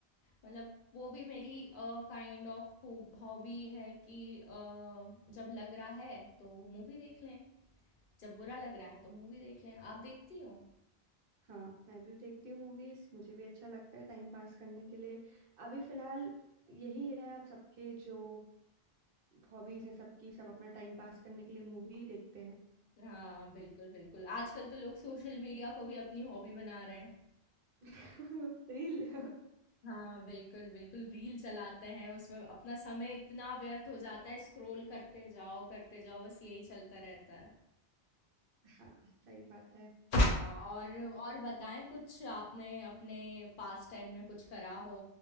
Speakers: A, on the left; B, on the right.
A: मतलब वो भी मेरी काइंड ऑफ हॉबी है कि अ, जब लग रहा है तो मूवी देख लें जब बुरा लग रहा है तो मूवी देख लें आप देखती हो
B: हाँ मैं भी देखती हूँ मूवीज मुझे भी अच्छा लगता है टाइम पास करने के लिए अभी फिलहाल यही है अब सबके जो हॉबीज हैं सबकी सब अपना टाइम पास करने के लिए मूवी देखते हैं
A: हाँ बिल्कुल बिल्कुल आजकल तो लोग सोशल मीडिया को भी अपनी हॉबी बना रहे हैं
B: <laughs> रील
A: हाँ बिल्कुल बिल्कुल रील चलाते हैं उसमें अपना समय इतना व्यर्थ हो जाता है स्क्रॉल करते जाओ करते जाओ बस यही चलता रहता है
B: हाँ सही बात है
A: हाँ और और बताएं कुछ आपने अपने पास टाइम में कुछ करा हो